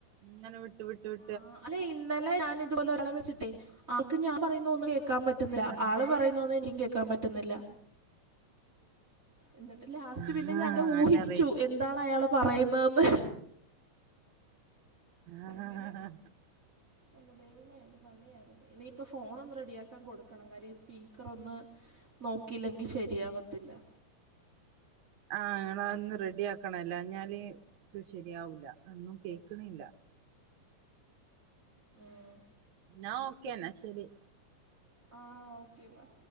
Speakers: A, on the right; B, on the right.
A: ഇങ്ങനെ വിട്ട് വിട്ട് വി
B: ആ അല്ലെ ഇന്നലെ ഞാൻ ഇതുപോലെ ഒരാളെ വിളിച്ചിട്ടേ ആൾക്ക് ഞാൻ പറയുന്ന ഒന്നും കേൾക്കാൻ പറ്റുന്നില്ല
A: ആ
B: ആൾ പറയുന്ന <unintelligible> കേക്കാൻ പറ്റുന്നില്ല എന്നിട്ട് ലാസ്റ്റ്
A: ആ
B: പിന്നെ ഞാൻ ഊഹിച്ചു
A: ആണ്
B: എന്താണ് അയാള് പറയുന്നതെന്ന്
A: ആഹ്
B: അങ്ങനെ
A: ആഹ് ആഹ്
B: എന്റെ ദൈവം എന്റെ പണിയായിരുന്നു ഇനിയിപ്പൊ ഫോണ് ഒന്ന് റെഡിയാക്കാൻ കൊടുക്കണം കാര്യം ഈ സ്പീ ക്കറൊന്ന് നോക്കിയില്ലെങ്കി ശരിയാവത്തില്ലാ
A: ആഹ് അതൊന്ന് റെഡി ആകണം അല്ലാഞ്ഞാല് ഇത് ശെരിയാവില്ല ഒന്നും കെക്ക്ണില്ല
B: ഉം
A: ന്നാ ഓക്കേന്നാ ശരി
B: ആഹ് ഓക്കെന്നാ